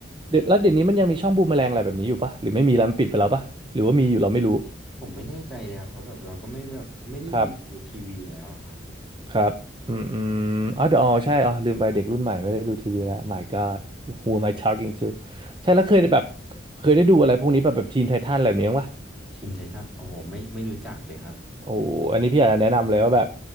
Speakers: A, on the right; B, in the centre.
A: เดี๋ยวแล้วเดี๋ยวนี้มันยังมีช่องบูมแมลงอะไรแบบนี้อยู่ปะหรือไม่มีแล้วมันปิดไปแล้วปะหรือว่ามีอยู่เราไม่รู้
B: โอ้ผมไม่แน่ใจเลยครับเพราะแบบเราก็ไม่แบบไม่ได้ดูทีวีแล้วอะครับผม
A: ครับ ครับอืมอืมอ๋อเดอะออใช่อ๋อลืมไปเด็กรุ่นใหม่ไม่ได้ดูทีวีแล้ว Oh My God who am I talking to ใช่แล้วเคยได้แบบเคยได้ดูอะไรพวกนี้แบบแบบทีนไททันอะไรแบบนี้บ้างวะ
B: ทีนไททันโอ้โหไม่ไม่รู้จักเลยครับ
A: โอ้อันนี้พี่อยากจะแนะนำเลยว่าแบบ